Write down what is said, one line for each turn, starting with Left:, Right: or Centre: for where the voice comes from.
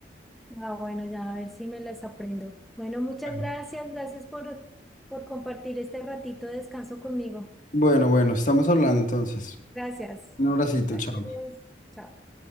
Centre: Ah, bueno, ya a ver si me las aprendo. Bueno, muchas
Left: Bueno,
Centre: gracias, gracias por, por compartir este ratito de descanso conmigo.
Left: bueno, bueno, estamos hablando entonces.
Centre: Gracias.
Left: Un abracito,
Centre: Adiós.
Left: chao.
Centre: Chao.